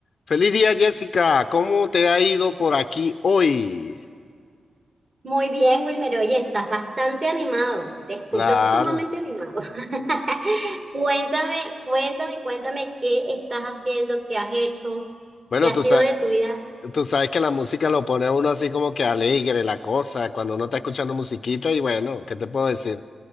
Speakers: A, on the left; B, on the right.
A: Feliz día, Jessica. ¿Cómo te ha ido por aquí hoy?
B: Muy bien, Wilmer. Oye, estás bastante animado. Te escucho
A: Claro.
B: sumamente animado. <laughs> Cuéntame, cuéntame, cuéntame qué estás haciendo, qué has hecho,
A: Bueno,
B: qué ha
A: tú,
B: sido
A: sa-
B: de tu vida.
A: tú sabes que la música lo pone a uno así como que alegre, la cosa, cuando uno está escuchando musiquita y bueno, ¿qué te puedo decir?